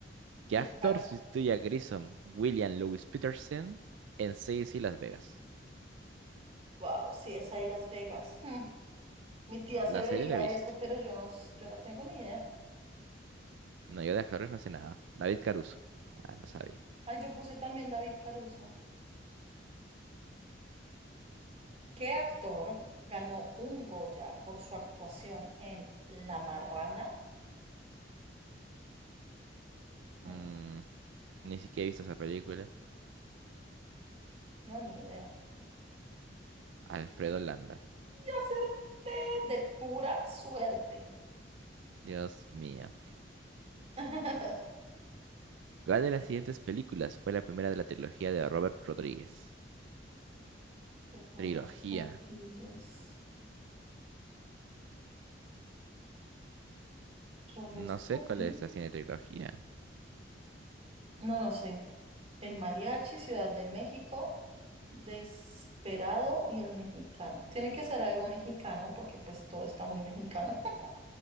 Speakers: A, on the right; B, on the right.
A: ¿Qué
B: Te
A: actor
B: toca-
A: sustituye a Grissom? William Lewis Peterson en Seis y Las Vegas.
B: Wow, sí, es ahí Las Vegas. Hmm, Mi tía se
A: La
B: veía
A: serie la he visto.
B: eso, pero yo no, s- yo no tengo ni idea.
A: No, yo de actores no sé nada. David Caruso. Ah, no sabía.
B: Ay, yo puse también David Caruso. ¿Qué actor ganó un Goya por su actuación en La Marrana? Hmm,
A: Mm, ni siquiera he visto esa película.
B: no, ni idea.
A: Alfredo Landa.
B: Yo acerté de pura suerte.
A: Dios mío.
B: <laughs>
A: ¿Cuál de las siguientes películas fue la primera de la trilogía de Robert Rodríguez?
B: De Roberto
A: Trilogía.
B: Rodríguez. Roberto
A: No sé
B: Rodríguez.
A: cuál es la cine trilogía.
B: No, no sé. El mariachi, Ciudad de México, Desperado y el mexicano. Tiene que ser algo mexicano porque pues todo está muy mexicano. <laughs>